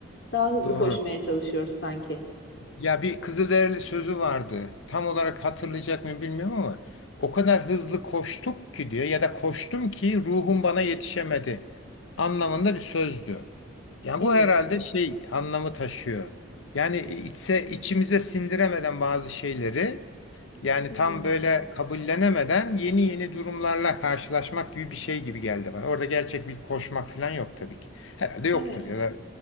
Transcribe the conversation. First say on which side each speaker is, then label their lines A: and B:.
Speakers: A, on the left; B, on the left.
A: Daha hızlı
B: Doğru.
A: koşmaya çalışıyoruz sanki.
B: Ya bir Kızılderili sözü vardı. Tam olarak hatırlayacak mı bilmiyorum ama o kadar hızlı koştuk ki diyor ya da koştum ki ruhum bana yetişemedi anlamında bir sözdü. Yani
A: Evet.
B: bu herhalde şey anlamı taşıyor. Yani içse içimize sindiremeden bazı şeyleri yani
A: Hı hı.
B: tam böyle kabullenemeden yeni yeni durumlarla karşılaşmak gibi bir şey gibi geldi bana. Orada gerçek bir koşmak falan yok tabii ki. Herhalde yoktur
A: Evet.
B: ya da